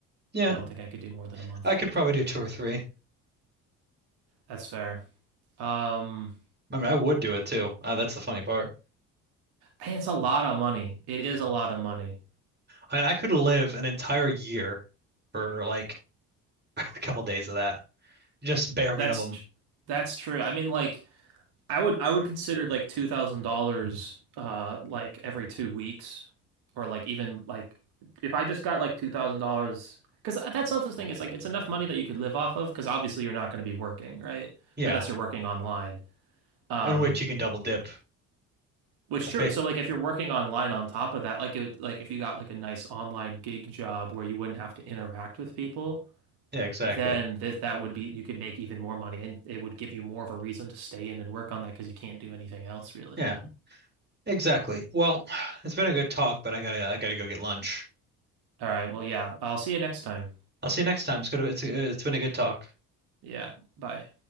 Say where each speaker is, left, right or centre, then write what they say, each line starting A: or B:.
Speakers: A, on the right; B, on the right.
A: Yeah,
B: I don't think I could do more than a month.
A: I could probably do two or three.
B: That's fair. Um,
A: I mean, I would do it too. Uh, that's the funny part.
B: hey, it's a lot of money. It is a lot of money.
A: I mean, I could live an entire year for like <laughs> a couple days of that, just bare
B: That's
A: minimum.
B: tr- that's true. I mean, like I would I would consider like two thousand dollars uh like every two weeks or like even like if I just got like two thousand dollars because that's also the thing it's like it's enough money that you could live off of because obviously you're not going to be working right
A: Yeah,
B: unless you're working online um
A: in which you can double dip.
B: which
A: That's
B: true
A: ba-
B: so like if you're working online on top of that like it would, like if you got like a nice online gig job where you wouldn't have to interact with people
A: yeah, exactly.
B: then this that would be you could make even more money and it would give you more of a reason to stay in and work on that because you can't do anything else really
A: Yeah, exactly. Well, <sighs> it's been a good talk, but I gotta I gotta go get lunch.
B: All right. Well, yeah. I'll see you next time.
A: I'll see you next time. It's good. It's it's been a good talk.
B: Yeah. Bye.